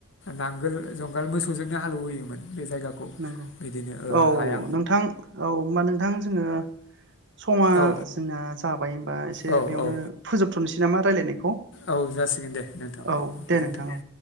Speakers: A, on the left; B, on the right.
A: नांगोल जंगाल मोसौजोंनो हालेव होयोमोन बे जायगाखौ।
B: नों
A: बिदिनो ओ
B: औ
A: हाया
B: नोंथां औ होमबा नोंथां जोङो समा
A: औ
B: जोंना जाबाय होनबा एसे
A: औ
B: बेयावनो
A: औ
B: फोजोबथ'नोसै नामा रायज्लायनायखौ
A: औ जासिगोन दे नोंथां
B: औ
A: गोजोन्थों
B: दे नोंथां औ।